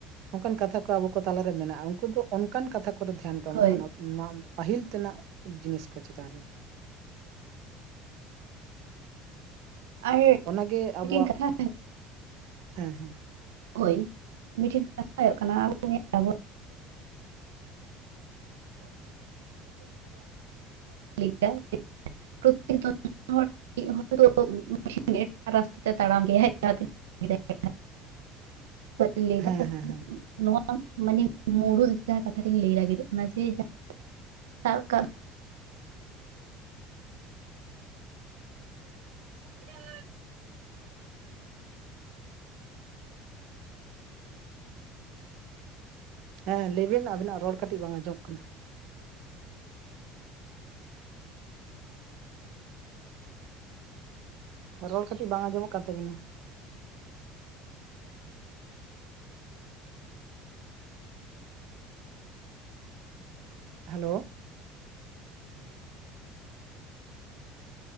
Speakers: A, on the right; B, on the right.
A: ᱱᱚᱱᱠᱟᱱ ᱠᱟᱛᱷᱟ ᱠᱚ ᱟᱵᱚ ᱠᱚ ᱛᱟᱞᱟᱨᱮ ᱢᱮᱱᱟᱜᱼᱟ ᱩᱱᱠᱩ ᱫᱚ ᱚᱱᱠᱟᱱ ᱠᱟᱛᱷᱟ ᱠᱚ ᱚᱠᱚᱭᱫᱚ ᱫᱷᱮᱭᱟᱱ ᱠᱚ ᱮᱢᱚᱜ
B: ᱦᱳᱭ
A: ᱠᱟᱱᱟ ᱢᱟ ᱯᱟᱹᱦᱤᱞ ᱛᱮᱱᱟᱜ ᱡᱤᱱᱤᱥ ᱠᱚ ᱪᱮᱛᱟᱱ ᱨᱮ
B: ᱟᱨ
A: ᱚᱱᱟᱜᱮ ᱟᱵᱚᱣᱟᱜ
B: ᱢᱤᱫᱴᱮᱱ ᱠᱟᱛᱷᱟ
A: ᱦᱮᱸ ᱦᱮᱸ
B: ᱦᱳᱭ ᱢᱤᱫᱴᱮᱱ ᱠᱟᱛᱷᱟ ᱦᱩᱭᱩᱜ ᱠᱟᱱᱟ ᱟᱵ... <unintelligible> <unintelligible> ᱼᱼ <unintelligible> ᱦᱚᱲ ᱢᱤᱫ ᱦᱚᱲ ᱫᱚ <unintelligible> ᱼᱼ ᱨᱟᱥᱛᱟ ᱛᱮ ᱛᱟᱲᱟᱢ ᱜᱮ ᱡᱟᱦᱟᱸᱱᱟᱹ <inaudible>
A: ᱦᱮᱸ ᱦᱮᱸ ᱦᱮᱸ
B: ᱱᱚᱣᱟ ᱢᱟᱱᱮ ᱢᱩᱲᱩᱫ ᱡᱟᱦᱟᱸ ᱠᱟᱛᱷᱟ ᱨᱤᱧ ᱞᱟᱹᱜᱤᱫᱚᱜ <unintelligible> ᱡᱮ <inaudible> ᱥᱟᱵ ᱠᱟᱜ
A: <inaudible> ᱦᱮᱸ ᱞᱟᱹᱭᱵᱤᱱ ᱟᱵᱤᱱᱟᱜ ᱨᱚᱲ ᱠᱟᱹᱴᱤᱡ ᱵᱟᱝ ᱟᱸᱡᱚᱢᱚᱜ ᱠᱟᱱᱟ ᱨᱚᱲ ᱠᱟᱹᱴᱤᱡ ᱵᱟᱝ ᱟᱸᱡᱚᱢᱚᱜ ᱠᱟᱱ ᱛᱟᱵᱤᱱᱟ ᱦᱮᱞᱳ